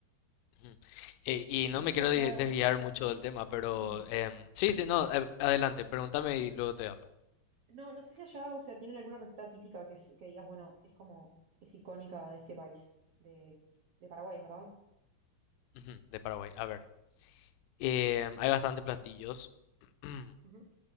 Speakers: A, on the left; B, on the right.
A: Ujú. Eh, y no
B: No
A: me
B: sé
A: quiero
B: si allá,
A: de- desviar mucho del tema, pero
B: sí,
A: em, sí, sí, no, eh, adelante, pregúntame y luego te hablo.
B: no, no sé si allá, o sea, tienen alguna receta típica que, es- que digas, bueno, es como, es icónica de este país, de, de Paraguay, es ¿verdad?
A: Ujú, De Paraguay, a ver. em, hay bastantes platillos. <clears throat>
B: Ujú.